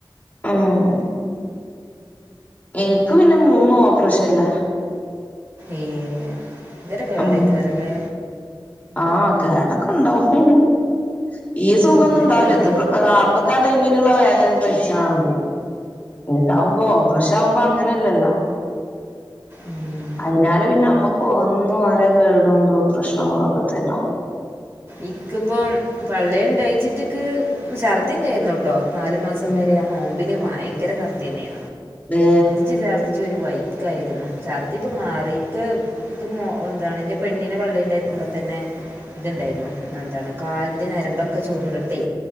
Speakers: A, on the left; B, on the right.
A: ആഹ് ഇനിക്ക് പിന്നെമൂന്നുംഓപ്പറേഷൻല്ല
B: ഏഹ് ഇന്തൊരുകേടാക്കാരല്ലേ
A: ഉം ആഹ് കേടൊക്കെണ്ടാവും ഈ സുഖന്നുംണ്ടാവല
B: പിന്നെയിപ്പോൾ നമ്മൾ
A: ഇതിപ്പോഅ പത്തെടൈമില്ള്ള വേദനസഹിച്ചാമതി ഇതാവുമ്പോ ഓപ്പറേഷവുമ്പോ അങ്ങനെയല്ലല്ലോ
B: ആഹ്
A: അയിനാലെപിന്നെ നമ്മക്ക് ഒന്നും രെകേടതോ പ്രശ്നങ്ങളൊക്കെ തന്നൊവും
B: ഇക്കിപ്പ പള്ളെല്ണ്ടായിച്ചിട്ടിക്ക് ഛർദി ണ്ടായിരുന്നുോട്ടോനാലു മാ സംവരെആനോമ്പിന
A: ഉം
B: ഭയങ്കര ചർദി ന്നെയ
A: ദേ
B: ച് ഛർദിച് ഒരുവൈക്കായിരുന്നു ചർത്തിപ്പമാറിക്ക് ഇത് മൊ എന്താണ് ഇന്റെപെണ്ണിനെ പള്ളേണ്ടായിരിക്കുമ്പോതന്നെ ഇത്ണ്ടായിരുന്നു ന്താണ്കാലിന്റെ നരമ്പൊക്കെ ചൂർണ്ടിട്ടെ